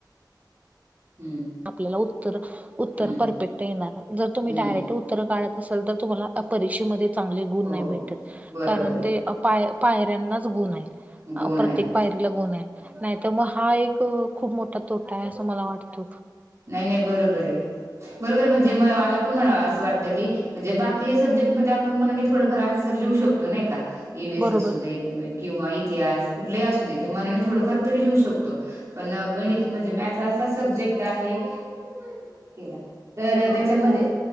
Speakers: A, on the right; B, on the right.
A: हम्म
B: आपल्याला उत्तर उत्तर
A: हम्म
B: परफेक्ट येणार जर तुम्ही
A: हम्म
B: डायरेक्ट उत्तर काढत असाल तर तुम्हाला परीक्षेमध्ये चांगले गुण
A: हो
B: नाही भेटत
A: बरोबर आहे
B: य पायऱ्यांनाच गुण आहे
A: गुण
B: प्रत्येक
A: आहेत
B: पाय गुण आहे नाही तर मग हा एक खूप मोठा तोटा आहे असं मला वाटत
A: नाही नाही बरोबर आहे बरोबर आहे म्हणजे म मला पण असं वाटतं की म्हणजे बाकी या सब्जेक्ट मध्ये आपण म्हना थोडंफार आन्सर लिऊ शकतो नाही का ईवएस
B: बरोबर
A: असू दे किंवा इतिहास कुठलेही असू दे ते मनाने थोडंफार तरी लिहू शकतो पण गणित म्हणजे मॅथ असा सब्जेक्ट केला तर त्याच्यामध्ये